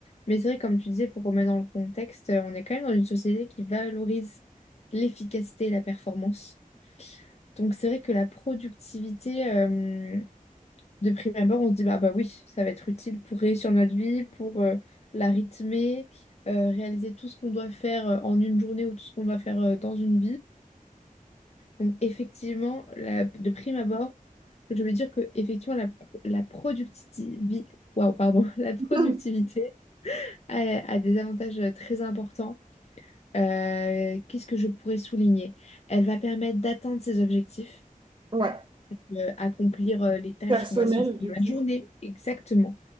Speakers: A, on the left (about 50°); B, on the right (about 35°).
A: Mais c'est vrai, comme tu disais, pour remettre dans le contexte, euh, on est quand même dans une société qui valorise l'efficacité et la performance. Donc c'est vrai que la productivité, euh, de prime abord, on se dit, bah, bah oui, ça va être utile pour réussir notre vie, pour euh, la rythmer, euh, réaliser tout ce qu'on doit faire euh, en une journée ou tout ce qu'on doit faire euh, dans une vie. Donc, effectivement, la- de prime abord, je veux dire que effectivement, la, la productivité, waouh, pardon, <laughs> la productivité
B: <laughs>
A: a, a des avantages euh, très importants. Euh, qu'est-ce que je pourrais souligner? Elle va permettre d'atteindre ses objectifs,
B: Ouais,
A: euh, accomplir euh, les tâches
B: personnel
A: qu'on va se fixer
B: du
A: dans
B: coup.
A: la journée, exactement